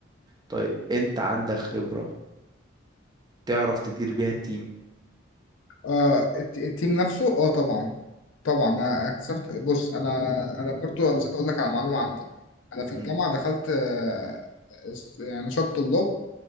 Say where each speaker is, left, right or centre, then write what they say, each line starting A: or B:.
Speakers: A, on the right (about 20°); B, on the left (about 75°).
A: طيب انت عندك خبرة تعرف تدير بيها التيم
B: آه الت- التيم نفسه اه طبعا طبعا انا اكتشفت بص انا انا برضو انا نسيت اقول لك على معلومه عندي انا في
A: امم
B: الجامعه دخلت آه اس- يعني نشاط طلاب